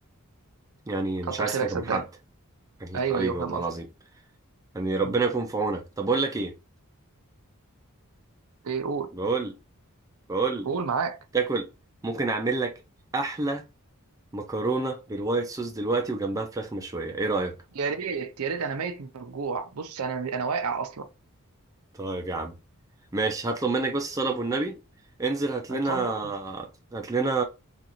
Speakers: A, on the right (about 15°); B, on the right (about 75°).
A: يعني
B: كتر
A: مش عايز
B: خيرك
A: حاجه
B: صدقني
A: من حد يعني
B: ايوه
A: حبيبي
B: ايوه فاهم
A: والله
B: قصدك
A: العظيم يعني ربنا
B: مم.
A: يكون في عونك طب بقول لك ايه
B: ايه قول
A: بقول بقول
B: قول
A: لك
B: معاك
A: تاكل ممكن اعمل لك احلى مكرونه بالوايت صوص دلوقتي وجنبها فراخ مشويه ايه رايك
B: يا ريت يا ريت انا ميت من الجوع بص انا انا واقع اصلا
A: طيب يا عم ماشي هطلب منك بس الصلاه والنبي انزل هات
B: اتفضل
A: لنا هات لنا